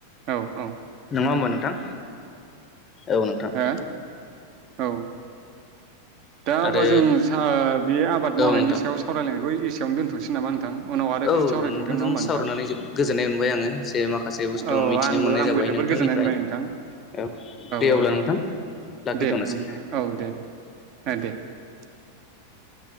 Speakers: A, on the right; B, on the left.
A: औ औ
B: नङा होमबा नोंथां? औ नोंथां
A: हो औ दा
B: आरो
A: अब्ला जों सा बे आबाद मावनायनि
B: औ नोंथां
A: सायाव सावरायलायनायखौ एसेयावनो दोनथ' नोसै नामा नोंथां उनाव आरो
B: औ
A: फिन सावरायफिनगोन
B: नोंथांजों
A: नङा होमबा
B: सावरायनानै
A: नोंथां
B: जोबोद गोजोननाय मोनबाय आङो। जे माखासे बुस्थु
A: औ
B: मिथिनो
A: आंबो
B: मोननाय
A: आंबो
B: जाबाय
A: जोबोद
B: नोंथांनिफ्राय।
A: गोजोननाय मोनबाय नोंथां
B: औ दे
A: औ
B: अब्ला
A: औ
B: नोंथां
A: औ
B: लाखिथ'नोसै
A: दे नोंथाङा दे
B: औ।
A: दे <inaudible>